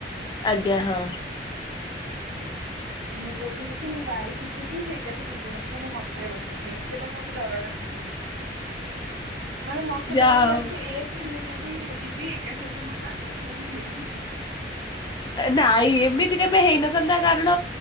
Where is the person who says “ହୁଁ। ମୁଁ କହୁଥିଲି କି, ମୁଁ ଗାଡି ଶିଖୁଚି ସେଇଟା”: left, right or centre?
Right